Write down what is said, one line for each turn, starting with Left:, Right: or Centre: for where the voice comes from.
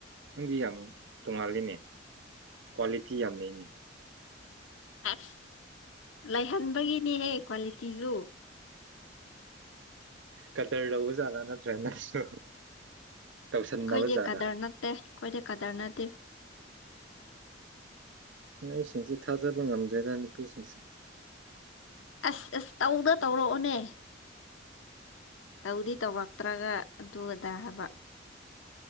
Right: ꯅꯪꯗꯤ ꯌꯥꯝ ꯇꯣꯉꯥꯜꯂꯤꯅꯦ ꯀ꯭ꯋꯥꯂꯤꯇꯤ ꯌꯥꯝ ꯂꯩꯅꯦ
Left: ꯑꯁ ꯂꯩꯍꯟꯕꯒꯤꯅꯦꯍꯦ ꯀ꯭ꯋꯥꯂꯤꯇꯤꯖ
Right: ꯀꯗꯔ ꯂꯧꯕ ꯆꯂ ꯅꯠꯇ꯭ꯔꯦꯅꯁꯨ ꯇꯧꯁꯟꯅꯅꯕꯖꯥꯔꯅꯤ
Left: ꯑꯩꯈꯣꯏꯗꯤ ꯀꯗꯔ ꯅꯠꯇꯦ ꯑꯩꯈꯣꯏꯗꯤ ꯀꯇꯔ ꯅꯠꯇꯦ
Right: ꯑꯩꯁꯤꯡꯁ ꯊꯥꯖꯕ ꯉꯝꯗ꯭ꯔꯦꯗ ꯅꯨꯄꯤꯁꯤꯡꯁꯦ
Left: ꯑꯁ ꯑꯦꯁ ꯇꯧꯗ ꯇꯧꯔꯛꯑꯣꯅꯦ ꯇꯧꯗꯤ ꯇꯧꯔꯛꯇ꯭ꯔꯒ ꯑꯗꯨ ꯑꯗꯥ ꯍꯥꯏꯕ